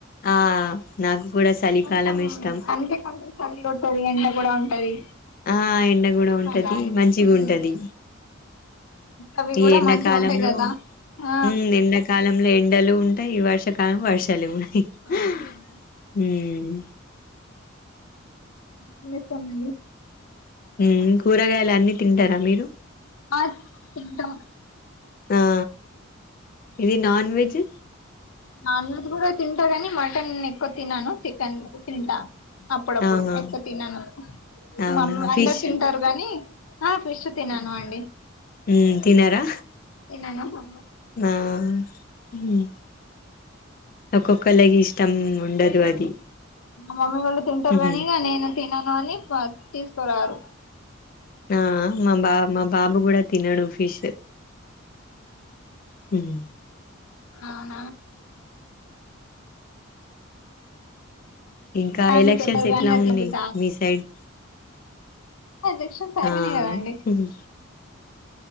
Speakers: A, on the left; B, on the left.
A: ఆ నాకు కూడా చలికాలం
B: కొంచెం
A: ఇష్టం
B: అంటే కొంచెం సలిగొడ్తది ఎండక్ గుడ ఉంటది
A: ఆ ఎండ గుడా ఉంటది
B: అలా అని
A: మంచిగుంటది
B: ఉమ్. అవి
A: ఈ
B: కూడా
A: ఎండాకాలంలో
B: మంచిగా ఉంటాయి కదా ఆ
A: ఊమ్ ఎండాకాలం లో ఎండలు ఉంటయి వర్షాకాలం వర్షాలేవు ఉమ్
B: అవునండి
A: మ్
B: వెళ్ళొస్తమండి
A: మ్ కూరగాయలు అన్నీ తింటారా మీరు
B: ఆ తింటం
A: ఆ ఇది నాన్ వెెజ్
B: నాన్ వెజ్ గూడా తింటా గాని మటన్ ఎక్కువ తినను చికెన్ తింటా అప్పుడప్పుడు
A: ఆహా
B: ఎక్కువ తినను
A: అవునా
B: మ్మమ్ అందరు
A: ఫిష్
B: తింటారు గానీ ఆ ఫిష్ తినను అండి
A: ఉ తినారా
B: తినను మా
A: ఆ ఉమ్ ఒక్కొక్కళకి ఇష్టం ఉండదు అది
B: మమ్మీ వాళ్ళు తింటారు
A: ఉహు
B: కానీ ఇగ నేను తినను అని ప తీసుకోరారు
A: ఆ మా బా మా బాబు కూడా తినడు ఫిష్ హు మ్
B: అవునా
A: ఇంకా
B: అని
A: ఎలక్షన్స్
B: చెప్పరు
A: ఎట్లా
B: కానీ ఇగ
A: ఉన్నాయి
B: తినబుద్ధి
A: మీ సైడ్
B: ఎలక్షన్ అయిపోనై
A: ఆ
B: కదా అండి
A: ఉహు